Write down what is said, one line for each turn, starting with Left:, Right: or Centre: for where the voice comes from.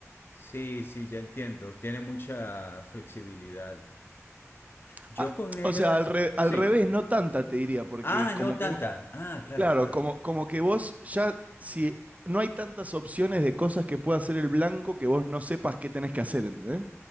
Left: Sí, sí, ya entiendo. Tiene mucha flexibilidad. Yo
Right: ah,
Left: con negras,
Right: o sea, al, re- al
Left: sí.
Right: revés, no tanta, te diría, porque
Left: Ah,
Right: es como
Left: no
Right: que
Left: tanta. Ah, claro,
Right: Claro,
Left: claro.
Right: como, como que vos ya, si no hay tantas opciones de cosas que pueda hacer el blanco que vos no sepas qué tenés que hacer, ¿entendés?